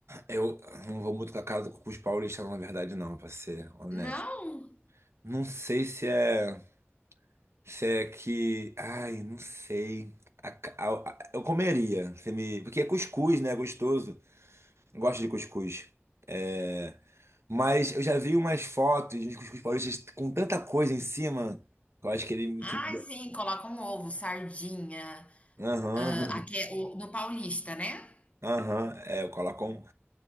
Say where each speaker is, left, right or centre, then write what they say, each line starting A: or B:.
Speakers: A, on the right; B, on the left.
A: eu não vou muito com a cara do cuscuz paulista, não, na verdade, não, pra ser honesto.
B: Não?
A: Não sei se é, se é que, ai, não sei. A ca- a- a- eu comeria, se me, porque é cuscuz, né? É gostoso. Eu Gosto de cuscuz. é. Mas eu já vi umas fotos de cuscuz paulista com tanta coisa em cima. que Eu acho que ele.
B: Ai,
A: que-
B: sim, colocam um ovo, sardinha,
A: Aham,
B: hã, aqui é o no paulista, né,
A: <laughs> aham. É, eu coloco. um